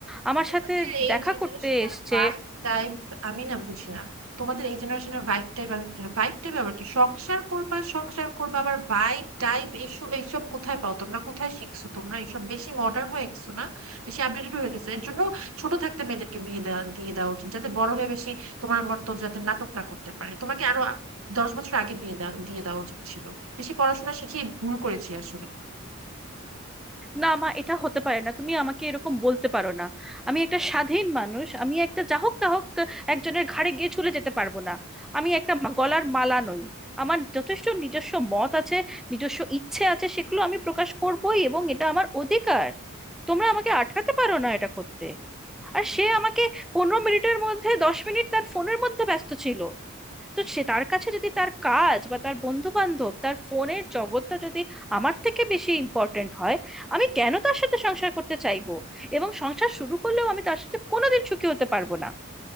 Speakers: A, in the centre; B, on the right.
A: আমার
B: তোমাদের
A: সাথে
B: এই
A: দেখা
B: জেনারেশনের
A: করতে এসছে
B: ভাইব টাইপ আমি না বুঝি না তোমাদের এই জেনারেশনের ভাইব টাইপ আমি বুঝি না ভাইব টাইপ আবার কি সংসার করবা সংসার করবা আবার ভাইব টাইপ এইসব এইসব কোথায় পাও তোমরা কোথায় শিখছো তোমরা এইসব বেশি মডার্ন হয়ে গেছো না বেশি আপডেটেড হয়ে গেছে এর জন্য ছোট থাকতে মেয়েদেরকে বিয়ে দেওয়া দিয়ে দেওয়া উচিত যাতে বড় হয়ে বেশি তোমার মতো যাতে নাটক না করতে পারে তোমাকে আরো দশ বছর আগে বিয়ে দেওয়া- দিয়ে দেওয়া উচিত ছিল বেশি পড়াশোনা শিখিয়ে ভুল করেছি আসলে
A: না মা এটা হতে পারে না তুমি আমাকে এরকম বলতে পারো না আমি একটা স্বাধীন মানুষ আমি একটা যা হোক তা হোক একজনের ঘাড়ে গিয়ে ঝুলে যেতে পারবো না আমি একটা মা- গলার মালা নই আমার যথেষ্ট নিজস্ব মত আছে নিজস্ব ইচ্ছে আছে সেগুলো আমি প্রকাশ করবোই এবং এটা আমার অধিকার তোমরা আমাকে আটকাতে পারো না এটা করতে আর সে আমাকে পনেরো মিনিটের মধ্যে দশ মিনিট তার ফোনের মধ্যে ব্যস্ত ছিল তো সে তার কাছে যদি তার কাজ বা তার বন্ধু বান্ধব তার ফোনের জগৎটা যদি আমার থেকে বেশি ইম্পর্ট্যান্ট হয় আমি কেন তার সাথে সংসার করতে চাইবো এবং সংসার শুরু করলেও আমি তার সাথে কোনোদিন সুখী হতে পারবো না